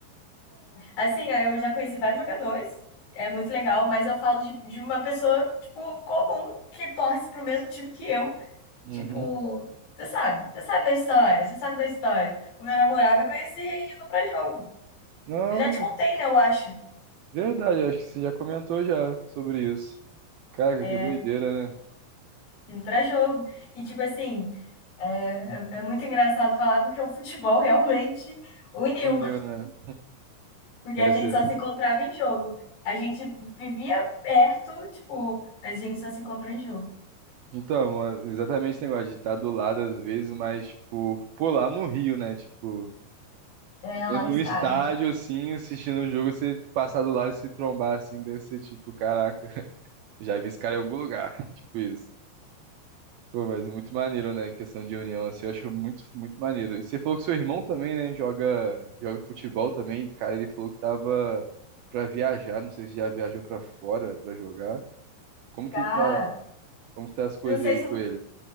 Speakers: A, on the left; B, on the right.
A: Assim, é, eu já conheci vários jogadores. É muito legal, mas eu falo de, de uma pessoa, tipo, comum, que torce pro mesmo time que eu.
B: Uhum.
A: Tipo, você sabe, você sabe da história, você sabe da história. O meu namorado eu conheci indo pra jogo.
B: Não,
A: Eu já te contei, né, eu acho.
B: verdade, acho que você já comentou já sobre isso. Caraca,
A: É,
B: que doideira, né?
A: indo pra jogo. E, tipo assim, é, é é muito engraçado falar porque o futebol realmente uniu,
B: Uniu, né?
A: porque
B: Essa...
A: a gente só se encontrava em jogo. A gente vivia perto, tipo, a gente só se encontrou em jogo,
B: Então, mano, exatamente esse negócio de estar do lado às vezes, mas, tipo, pô, lá no Rio, né, tipo...
A: é, lá
B: É, No
A: no estádio.
B: estádio, assim, assistindo o jogo, você passar do lado e se trombar, assim, deve ser tipo, caraca, já vi esse cara em algum lugar, <laughs> tipo isso. Pô, mas é muito maneiro, né? Questão de união, assim, eu acho muito, muito maneiro. E você falou que seu irmão também, né, joga, joga futebol também. Cara, ele falou que tava pra viajar, não sei se já viajou pra fora pra jogar. Como
A: Tá.
B: que tá, como que tá as coisas
A: Não sei
B: aí
A: se,
B: com ele?